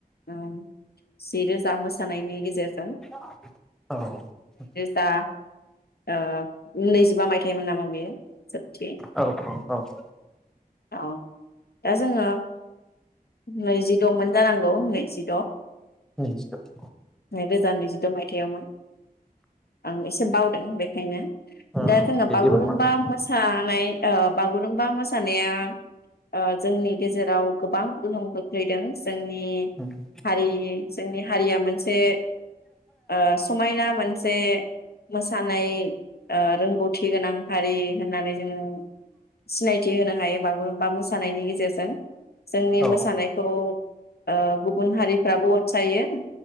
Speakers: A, on the left (about 85°); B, in the centre.
A: ओ जि रोजा मोसानायनि गेजेरजों
B: औ ।
A: दा ओ नैजिबा मायथाइमोन नामा बेयो? जोबथि
B: औ औ औ ।
A: औ दा जोङो नैजि दमोन जानांगौ नैजिद ओ
B: नैजिद'
A: नै रोजा नैजि मायथायावमोन आं एसे बावदों बेखायनो
B: उम
A: दा
B: उम
A: जोंहा
B: दे
A: बागुरुम्बा
B: जेबो नङा नोंथां
A: मोसानाय ए ओब बागुरुमबा मोसानाया ओ जोंनि गेजेराव गोबां गोहोम खोख्लैदों जोंनि
B: उम
A: हारि जोंनि हारिया मोनसे ओ समायना मोनसे मोसानाय ओ रोंगौथि गोनां हारि होननानै जोङो सिनायथि होनो हायो बागुरुमबा मोसानायनि गेजेरजों जोंनि
B: औ
A: मोसानायखौ ओ गुबुन हारिफ्राबो अनसायो